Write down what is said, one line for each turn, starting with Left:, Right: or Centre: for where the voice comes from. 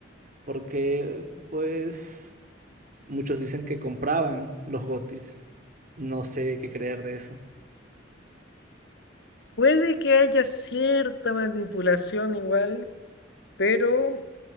Right: porque, pues... Muchos dicen que compraban los gotis. No sé qué creer de eso.
Left: Puede que haya cierta manipulación igual, pero